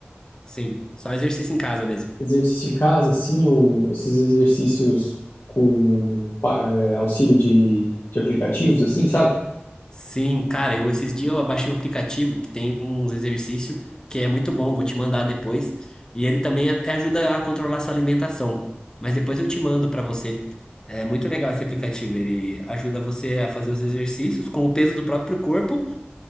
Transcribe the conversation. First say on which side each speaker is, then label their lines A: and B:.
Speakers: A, on the left; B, on the left.
A: Sim, só exercício em casa mesmo.
B: Exercício em casa assim, ou esses exercícios com pa- eh, auxílio de, de aplicativos assim, sabe?
A: Sim, cara, eu esses dias eu baixei um aplicativo que tem uns exercícios que é muito bom, vou te mandar depois. E ele também até ajuda a controlar sua alimentação. Mas depois eu te mando para você. É muito legal esse aplicativo, ele ajuda você a fazer os exercícios com o peso do próprio corpo